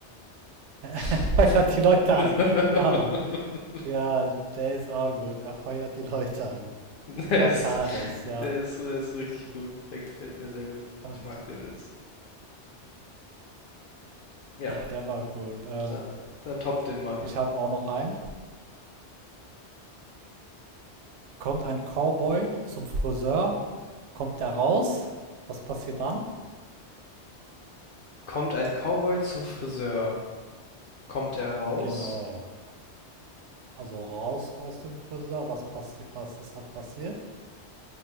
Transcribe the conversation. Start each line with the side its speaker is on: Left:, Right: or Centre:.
Right: <laughs>
Left: <laughs>
Right: Er feuert die Leute an. Ja, Mann. Ja, der ist auch gut. Er feuert die Leute an. Drakaris,
Left: Es-
Right: ja.
Left: Der ist, so, der ist richtig gut. Der gefällt mir sehr gut.
Right: <laughs>
Left: Ich mag den Witz. Ja,
Right: Der war gut. Ähm,
Left: äh, dann top den mal.
Right: ich habe auch noch einen. Kommt ein Cowboy zum Friseur, kommt der raus. Was passiert dann?
Left: Kommt ein Cowboy zum Friseur? Kommt er raus?
Right: Genau. Also raus aus dem Friseur. Was passiert? Was ist dann passiert?